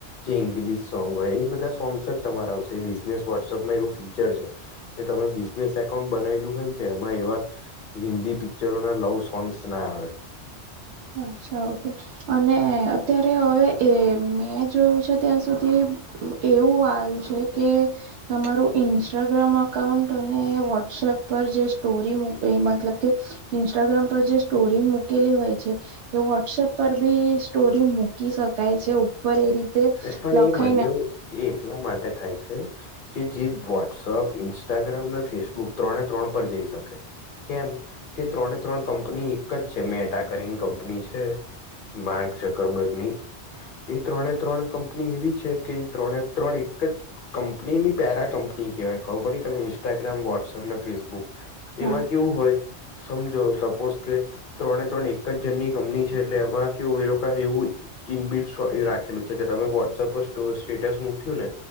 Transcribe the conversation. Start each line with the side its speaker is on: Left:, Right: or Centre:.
Left: જે ઇંગ્લિશ સોંગ હોય એ બધા સોંગ્સ જ તમારે આવશે બિઝનેસ વોટ્સઅપમાં એવું ફીચર છે કે તમે બિઝનેસ એકાઉન્ટ બનાયેલું હોય ને તો એમાં એવા હિન્દી પિક્ચરો ના લવ સોંગ્સ ના આવે
Right: અચ્છા ઓકે અને અત્યારે હવે એ મેં જોયું છે ત્યાં સુધી એવું આવ્યું છે કે તમારું ઇન્સ્ટાગ્રામ અકાઉન્ટ અને વોટ્સએપ પર જે સ્ટોરી મુકી મતલબ કે ઇન્સ્ટાગ્રામ પર જે સ્ટોરી મુ કેલી હોય છે એ વોટ્સપ પર બી સ્ટોરી મૂકી શકાય છે પર એ રીતે
Left: એ પણ
Right: લખાઈને
Left: એ બંને એ એટલા માટે થાય છે કે જે વોટ્સઅપ ઇન્સ્ટાગ્રામ ને ફેસબુક ત્રણે ત્રણ પર જઈ શકે કેમ કે ત્રણે ત્રણ કંપની એક જ છે મેટા કરીને કંપની છે બાઘ ચકરબગની એ ત્રણે ત્રણ કંપની એવી છે કે ત્રણે ત્રણ એક જ કંપનીની પેરા કંપની કેવાય ખબર પડી તમે ઇન્સ્ટાગ્રામ વોટ્સઅપ ને ફેસબુક એમાં
Right: હા
Left: કેવું હોય સમજો સપોઝ કે ત્રણે ત્રણ એક જ જનની કંપની છે એટલે એમાં કેવું એ લોકો એવું ઇન બિલ્ડ રાખેલું છે કે તમે વોટ્સઅપ પર સ્ટેટસ મૂક્યું ને